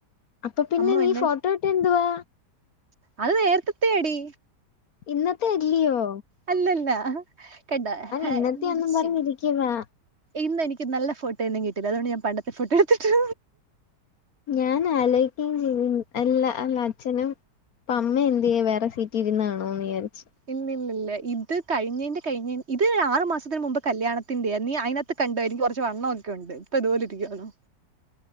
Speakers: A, on the left (about 60°); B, on the right (about 40°).
A: അപ്പ പ്പിന്നെ
B: അമ്മ
A: നീ
B: പിന്നെ
A: ഫോട്ടോഇട്ടെയെ ന്തുവാ?
B: അത് നേര്ത്തത്തെയാടീ
A: ഇന്നത്തെയല്ലിയോ?
B: അല്ലല്ല അഹാ കണ്ടാ ഹേ
A: ഇന്നത്തെയാന്നും
B: എന്ത്
A: പറഞ്ഞിരിക്കുവാ
B: ചെയ്യും ഇന്ന് എനിക്ക് നല്ല ഫോട്ടോ ഒന്നും കിട്ടില്ല അതുകണ്ട് ഞാൻ പണ്ടത്തെ ഫോട്ടോ എടുത്തിട്ടു
A: ഞാൻ ആലോചിക്കേം ചെയ്തു അല്ല അല്ല അച്ഛനും അപ്പൊ അമ്മ എന്ത് ചെയ്യും വേറെ സീറ്റീ ഇരുന്നാണോന്ന്ചാരിച്ച്
B: ഇല്ലില്ലില്ല ഇത് കഴിഞ്ഞേന്റെ കഴിഞ്ഞ ഇത് ആറു മാസത്തിന് മുമ്പ് കല്യാണത്തിന്റെയാ നീ അയ്ന ഇത് കണ്ടോ എനിക്ക് കൊറച്ച് വണ്ണോ ക്കൊണ്ട് ഇപ്പതുപോലെ ഇരിക്കുവണോ